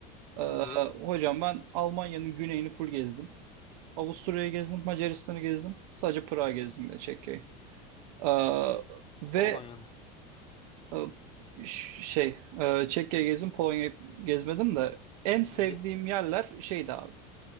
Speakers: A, on the right; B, on the left.
A: E,
B: Olur.
A: hocam ben Almanya'nın güneyini full gezdim. Avusturya'yı gezdim, Macaristan'ı gezdim. Sadece Prag'ı gezdim de Çekya'yı. Ee, ve
B: Polonya'da.
A: e, ş- şey, e, Çekya'yı gezdim, Polonya'yı gezmedim de en sevdiğim
B: Hı, ye-
A: yerler şeydi abi.